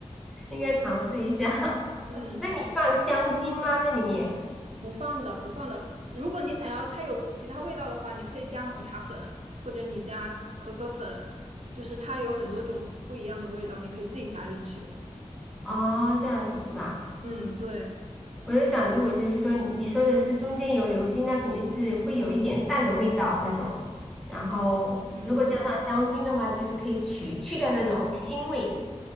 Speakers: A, in the centre; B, on the right.
A: 应该尝试一下。<laughs>
B: 嗯，
A: 那你放香精吗？在里面？
B: 不放的，不放的。如果你想要它有其他味道的话，你可以加抹茶粉，或者你加可可粉，就是它有很多种不一样的味道，你可以自己加进去。
A: 哦，这样子是吧？
B: 嗯，对，
A: 我在想，如果就是说你说的是中间有流心，那肯定是会有一点淡的味道那种。然后如果加上香精的话，
B: 嗯，
A: 就是可以去去掉那种腥味。